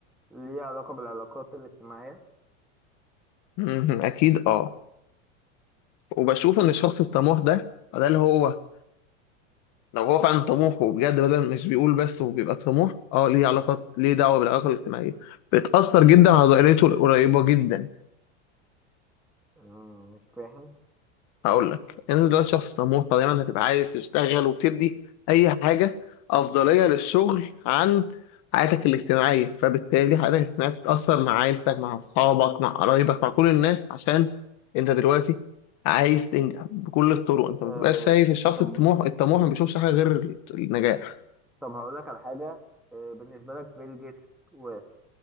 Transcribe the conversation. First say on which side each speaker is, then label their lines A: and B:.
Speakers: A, in the centre; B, on the left (about 50°).
A: ليه علاقه بالعلاقات الاجتماعيه
B: مهم. اكيد اه وبشوف
A: ايه
B: ان الشخص
A: بقى
B: الطموح ده ده اللي هو لو هو فعلا طموح وبجد بدل مش بيقول بس وبيبقى طموح اه ليه علاقات ليه دعوة بالعلاقة الاجتماعية بتأثر جدا على دائرته القريبة جدا
A: مم، مش فاهم
B: هقول لك انت دلوقتي شخص طموح فدايما هتبقى عايز تشتغل وبتدي اي حاجه افضليه للشغل عن حياتك الاجتماعيه فبالتالي حياتك الاجتماعيه بتتاثر مع عيلتك مع اصحابك مع قرايبك مع كل الناس عشان انت دلوقتي عايز تنجح بكل الطرق انت
A: آه،
B: ما بتبقاش شايف الشخص
A: طب
B: الطموح الطموح ما بيشوفش حاجه غير النجاح
A: طب هقول لك على حاجه آه، بالنسبه لك بيل جيتس و...